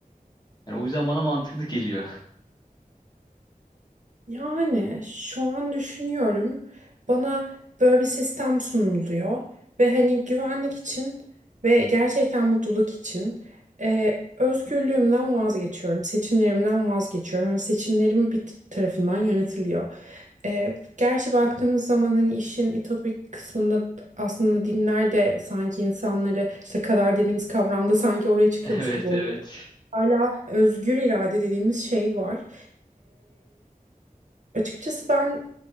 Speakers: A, on the left (about 30°); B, on the right (about 55°).
A: Yani o yüzden bana mantıklı geliyor.
B: Yani şu an düşünüyorum bana böyle bir sistem sunuluyor ve hani güvenlik için ve gerçekten mutluluk için e, özgürlüğümden vazgeçiyorum, seçimlerimden vazgeçiyorum ve seçimlerim bir t- tarafından yönetiliyor. E, gerçi baktığımız zaman hani işin ütopik kısmında aslında dinler de sanki insanları işte kader dediğimiz kavramda sanki oraya çıkıyormuş
A: <laughs> Evet,
B: gibi oluyor.
A: evet.
B: Hala özgür irade dediğimiz şey var. Açıkçası ben